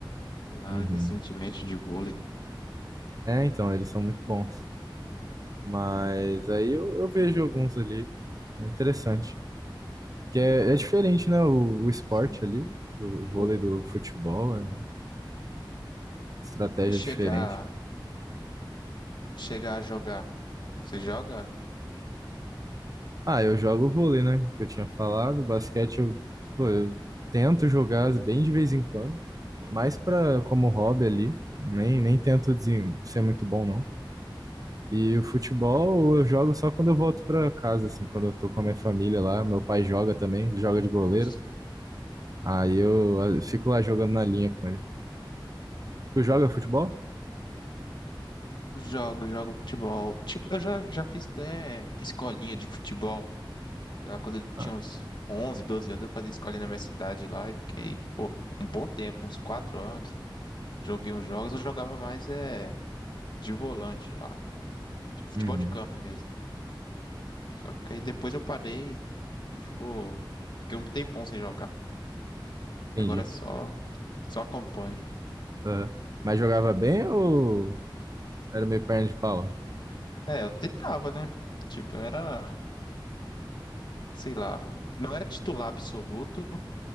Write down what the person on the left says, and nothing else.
sei lá,
recentemente de vôlei.
Aham.
Sim.
Pô,
se chegar
chegar a jogar. Você joga?
Eu s-
jogo, jogo futebol. Tipo, eu já, já fiz até escolinha de futebol. Sei lá, quando eu
tinha uns 11 12 anos, eu fazia escolinha na minha cidade lá e fiquei, pô, um bom tempo, uns 4 anos. Joguei uns jogos, eu jogava mais é, de volante lá. Tipo, futebol
de campo mesmo. Só que aí depois eu parei e ficou. Fiquei um tempão sem jogar.
Agora só, só acompanho.
É, eu tentava, né? Tipo, era. sei lá, não era titular absoluto,